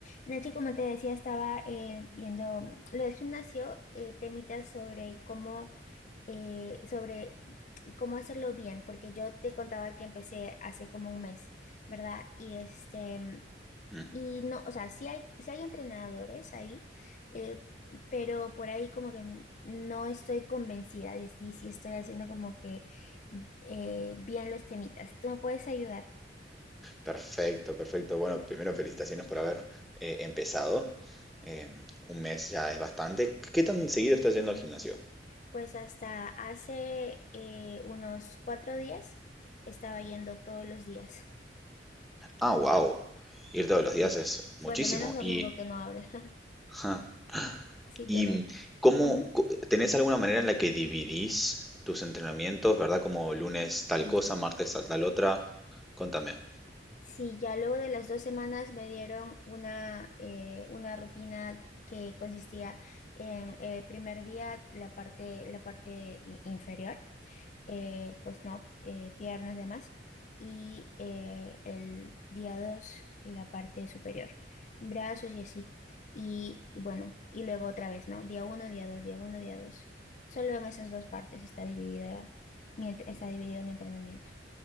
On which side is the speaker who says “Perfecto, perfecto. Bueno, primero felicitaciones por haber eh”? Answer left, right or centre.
Centre